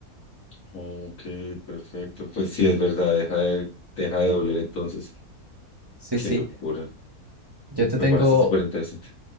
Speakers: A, on the left; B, on the right.
A: ok, perfecto. Pues sí, es verdad, deja de, deja de doler entonces.
B: Sí,
A: Qué
B: sí.
A: locura.
B: Yo te
A: Me
B: tengo,
A: parece súper interesante.